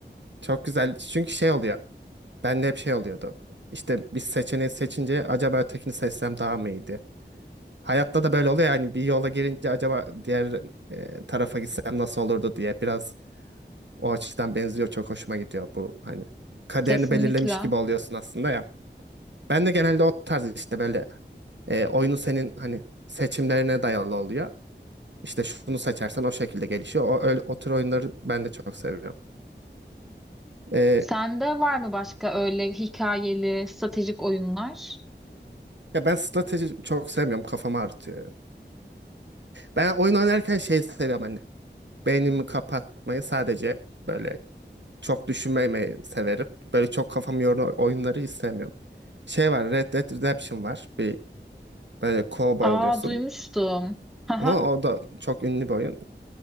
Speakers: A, on the right (about 75°); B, in the centre.
A: Çok güzel. Çünkü şey oluyor. Bende hep şey oluyordu. İşte bir seçeneği seçince acaba ötekini seçsem daha mı iyiydi? Hayatta da böyle oluyor yani bir yola girince acaba diğer e, tarafa gitsem nasıl olurdu diye biraz o açıdan benziyor. Çok hoşuma gidiyor bu hani kaderini
B: Kesinlikle.
A: belirlemiş gibi oluyorsun aslında ya. Ben de genelde o tarz işte böyle e, oyunu senin hani seçimlerine dayalı oluyor. İşte şunu seçersen o şekilde gelişiyor. O, öyle, o tür oyunları ben de çok seviyorum. E,
B: Sende var mı başka öyle hikayeli stratejik oyunlar?
A: ya ben strateji çok sevmiyorum. Kafamı ağrıtıyor. Ben oyun oynarken şey seviyorum hani. Beynimi kapatmayı sadece böyle çok düşünmemeyi severim. Böyle çok kafamı yoran oyunları istemiyorum. Şey var Red Dead Redemption var. Bir böyle cowboy
B: Aa
A: oluyorsun.
B: duymuştum. <laughs>
A: Ama o da çok ünlü bir oyun.